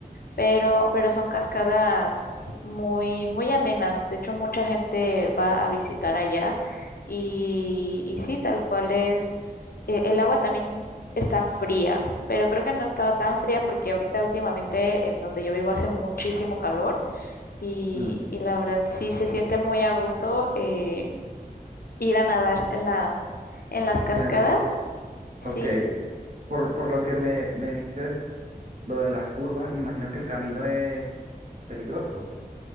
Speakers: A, on the left; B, on the right.
A: pero, pero son cascadas muy, muy amenas. De hecho, mucha gente va a visitar allá y, y sí, tal cual es. eh, el agua también está fría, pero creo que no estaba tan fría porque ahorita últimamente en donde yo vivo hace muchísimo calor y,
B: Mm,
A: y la verdad sí se siente muy a gusto eh, ir a nadar en las, en las cascadas.
B: el-
A: Sí,
B: ok, por, por lo que me, me dices, lo de las curvas, imagino que el camino es peligroso,